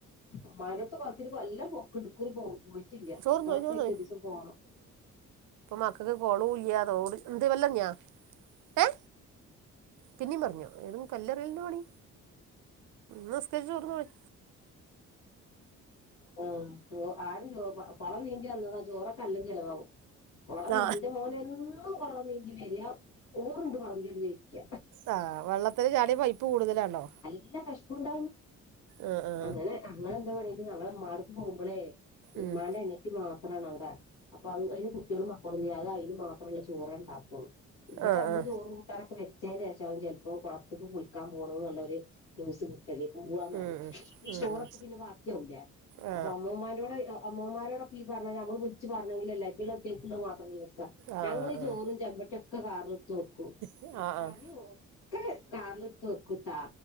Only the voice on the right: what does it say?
ചോറുന്നോ
ചോറുന്നോ
ക്കക്ക് കൊളല്ലതോട് എന്ന്ത് വല്ല ഞാ ഏ പിന്നീ പറഞ്ഞോ ഏതും കല്ലറിൽന്ന മണി നസ്കരിച്ചഓർന്നണി
ആ
ആ വെള്ളത്തിന് ചാടിയ പൈപ്പ് കൂടുതലാണോ
ആ ആ
ഉം
ആ
ആ
ഉം ഉം ഉം
ഉം
ആ
ആ ആ
ആ
ആഹ്
ആഹ്